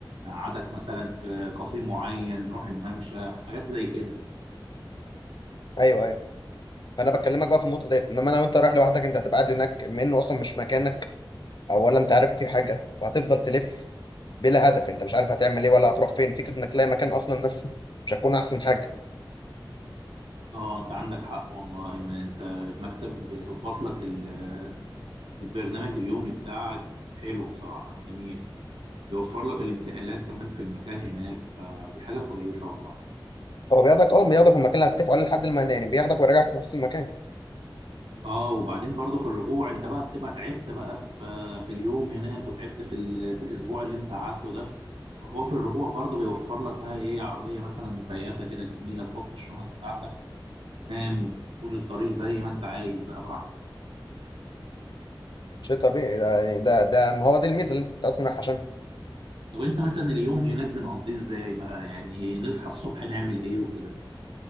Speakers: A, on the right; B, on the left.
A: قعدك مثلا في كافيه معين نروح الممشى حاجات زي كده
B: أيوه أيوه فانا بكلمك بقى في النقطه ديت انما لو انت رايح لوحدك انت هتبقى قاعد هناك بما انه اصلا مش مكانك او ولا انت عارف في حاجه وهتفضل تلف بلا هدف انت مش عارف هتعمل ايه ولا هتروح فين فكره انك تلاقي مكان اصلا نفسه مش هتكون احسن حاجه
A: اه انت عندك حق والله ما انت المكتب بيظبط لك ال- البرنامج اليومي بتاعك حلو بصراحة جميل يوفر لك الانتقالات كمان في المكان هناك فدي حاجة كويسة والله
B: هو بياخدك اه بياخدك المكان اللي هتتفقوا عليه لحد المكان يعني بياخدك ويرجعك في نفس المكان
A: اه وبعدين برضه في الرجوع انت بقى بتبقى تعبت بقى في في اليوم هناك وتعبت في ال- في الاسبوع اللي انت قعدته ده فهو في الرجوع برضه بيوفر لك بقى ايه عربيه مثلا مكيفه كده جميله تحط الشنط بتاعتك تنام طول الطريق زي ما انت عايز بقى براحتك
B: شيء طبيعي ده يعني ده ده ما هو دي الميزه اللي انت اصلا رايح عشان
A: طب انت مثلا اليوم هناك بنقضيه ازاي بقى يعني نصحى الصبح نعمل ايه وكده